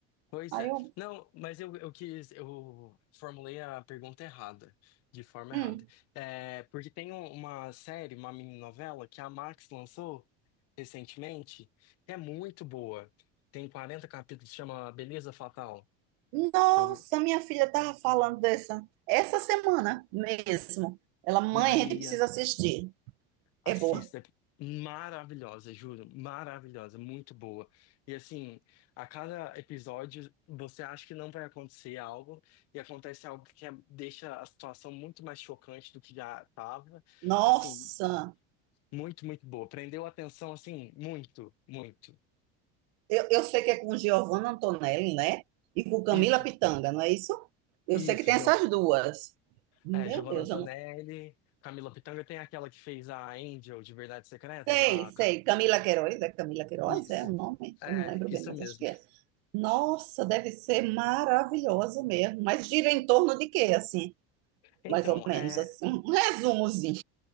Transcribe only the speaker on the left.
Pois
é.
Não, mas eu, eu quis, eu formulei a pergunta errada, de forma
errada. É, porque tem um- uma série, uma mininovela que a Max lançou recentemente, que é muito boa. Tem 40 capítulos, chama Beleza Fatal.
Eu,
Maria.
Assista,
é maravilhosa, juro, maravilhosa, muito boa. E assim, a cada episódio você acha que não vai acontecer algo e acontece algo que é- deixa a situação muito mais chocante do que já estava.
Assim, muito, muito boa. Prendeu a atenção, assim, muito, muito.
Isso,
isso,
Gio-
é, Giovanna
Antonelli,
Camila Pitanga tem aquela que fez a Angel de Verdades Secretas,
a... Ca-
Isso,
é,
isso
mesmo.
Então,
é,